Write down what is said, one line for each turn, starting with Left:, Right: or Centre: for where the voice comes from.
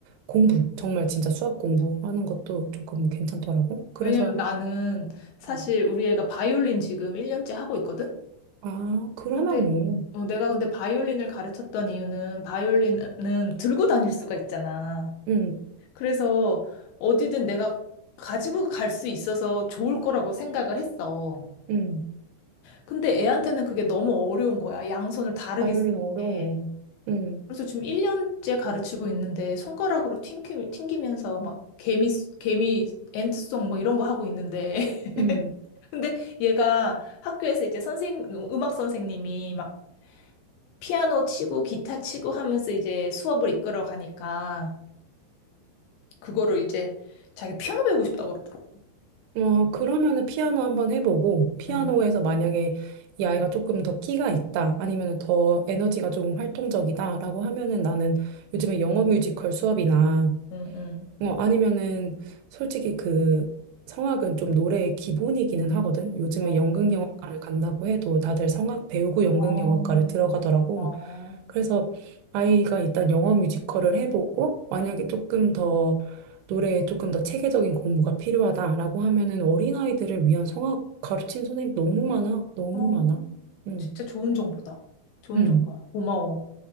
Right: 공부, 정말 진짜 수학 공부하는 것도 조금 괜찮더라고. 그래서
Left: 왜냐면 나는 사실
Right: 음.
Left: 우리 애가 바이올린 지금 1년째 하고 있거든?
Right: 아, 그러면
Left: 근데
Right: 뭐.
Left: 어, 내가 근데 바이올린을 가르쳤던 이유는 바이올린은 들고 다닐 수가 있잖아.
Right: 응,
Left: 그래서 어디든 내가 가지고 갈 수 있어서 좋을 거라고 생각을 했어.
Right: 응.
Left: 근데 애한테는 그게 너무 어려운 거야. 양손을 다르게
Right: 바이올린
Left: 쓰는
Right: 어려워.
Left: 게.
Right: 응,
Left: 그래서 지금 1년째 가르치고 있는데 손가락으로 튕기, 튕기면서 막 개미, 개미, 엔트송 뭐 이런 거 하고 있는데
Right: 응.
Left: 근데 얘가 학교에서 이제 선생, 음악 선생님이 막 피아노 치고 기타 치고 하면서 이제 수업을 이끌어 가니까 그거를 이제 자기 피아노 배우고 싶다고 그러더라고.
Right: 어, 그러면은 피아노 한번 해보고, 피아노에서
Left: 응,
Right: 만약에 이 아이가 조금 더 끼가 있다, 아니면 더 에너지가 좀 활동적이다라고 하면은 나는 요즘에 영어 뮤지컬 수업이나,
Left: 응, 응.
Right: 어, 아니면은 솔직히 그 성악은 좀 노래의 기본이기는 하거든. 요즘에
Left: 어,
Right: 연극영화과를 간다고 해도 다들 성악 배우고 연극영화과를
Left: 어,
Right: 들어가더라고.
Left: 어,
Right: 그래서 아이가 일단 영어 뮤지컬을 해보고 만약에
Left: 응.
Right: 조금 더 노래에 조금 더 체계적인 공부가 필요하다라고 하면은 어린아이들을 위한 성악 가르친 선생님 너무 많아. 너무
Left: 어,
Right: 많아. 응.
Left: 진짜 좋은 정보다. 좋은
Right: 응.
Left: 정보야. 고마워.